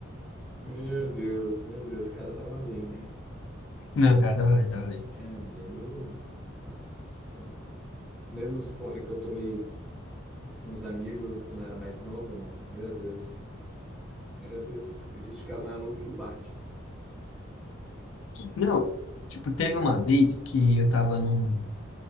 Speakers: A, in the centre; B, on the left (about 70°).
A: Meu Deus, meu Deus, o cara tava além, né?
B: Não, cara, tava lendo, tava lendo.
A: É, eu me lembro. Nossa, me lembro os porre que eu tomei com os amigos quando eu era mais novo, mano. Meu Deus. Meu Deus. A gente ficava mais louco que o Batman.
B: Não, tipo, teve uma vez que eu tava num,